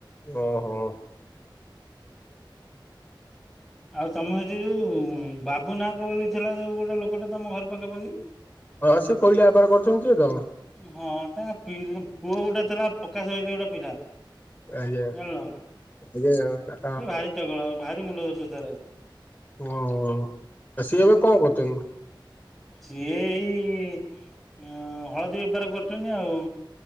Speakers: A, on the left (about 20°); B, in the centre.
A: ଓହୋ।
B: ଆଉ ତମ ସେଠି ଯୋଉ ବାବୁ ନାହକ ବୋଲି ଥିଲା ଯୋଉ ଗୋଟେ ଲୋକଟେ ତମ ଘର ପାଖା ପାଖି।
A: ହଁ ସିଏ କୋଇଲା ବେପାର କରୁଛନ୍ତି ଯିଏ ତ।
B: ହଁ ତା ପି ପୁଅ ଗୋଟେ ଥିଲା ପ୍ରକାଶ ବୋଲି ଗୋଟେ ପିଲା।
A: ଆଜ୍ଞା,
B: ଜାଣିଲ।
A: ଆଜ୍ଞା ଆଉ ଟା।
B: ସିଏ ଭାରି ଚଗଲା ଭାରି ମୁଣ୍ଡ ଦୋଷ ତାର ଅଛି।
A: ଓ ଆଉ, ଆଉ ସିଏ ଏବେ କ'ଣ କରୁଛନ୍ତି।
B: ସିଏ ଏଇ ହଳଦୀ ବେପାର କରୁଛନ୍ତି ଆଉ।